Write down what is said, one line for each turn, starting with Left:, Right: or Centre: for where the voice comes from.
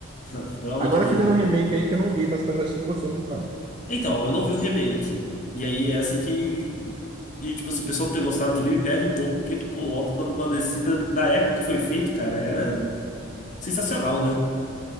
Left: Não, pelo amor
Right: Agora
Left: de Deus.
Right: fizeram um remake aí que eu não vi, mas o pessoal disse que não gostou muito, não.
Left: Então, eu não vi o remake. E aí, essa que. E, tipo assim, o pessoal não ter gostado também me pega um pouco, porque, pô, o Alto da Compadecida, na época que foi feito, cara, era sensacional, né?